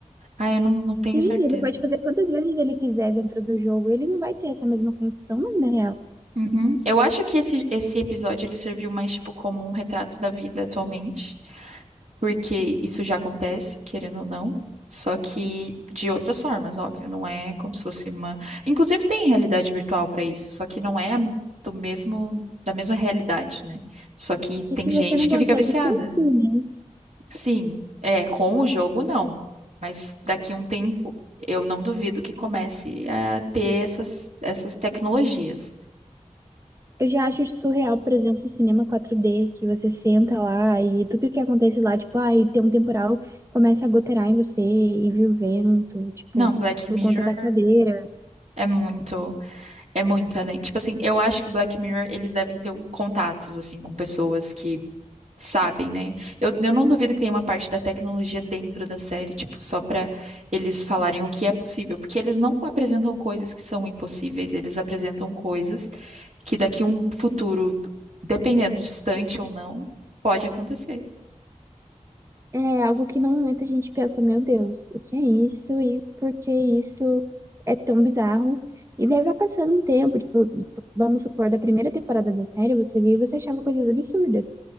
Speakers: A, on the right (about 65°); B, on the right (about 25°).
A: Ah, eu não, não tenho
B: Sim,
A: certeza.
B: ele pode fazer quantas vezes ele quiser dentro do jogo, ele não vai ter essa mesma condição na vida real.
A: Uhum. Eu acho que esse, esse episódio ele serviu mais, tipo, como um retrato da vida atualmente. porque isso já acontece, querendo ou não, só que de outras formas, óbvio, não é como se fosse uma. Inclusive tem realidade virtual para isso, só que não é a- do mesmo da mesma realidade, né? Só que
B: E
A: tem
B: que
A: gente
B: você não
A: que
B: consegue
A: fica viciada.
B: sentir, né?
A: Sim, é, com o jogo não, mas daqui a um tempo eu não duvido que comece a ter essas essas tecnologias.
B: Eu já acho surreal, por exemplo, o cinema 4D, que você senta lá e tudo que acontece lá, tipo, ai, tem um temporal, começa a gotear em você e vira o vento, tipo,
A: Não, Black
B: por
A: Mirror
B: conta da cadeira.
A: é muito É muito além. Tipo assim, eu acho que Black Mirror, eles devem ter um contatos, assim, com pessoas que sabem, né? Eu, eu não duvido que tenha uma parte da tecnologia dentro da série, tipo, só pra eles falarem o que é possível, porque eles não apresentam coisas que são impossíveis, eles apresentam coisas que daqui a um futuro, dependendo distante ou não, pode acontecer.
B: É algo que no momento a gente pensa, meu Deus, o que é isso e por que isso é tão bizarro? E daí vai passando um tempo, tipo, vamos supor, da primeira temporada da série, você viu e você achava coisas absurdas.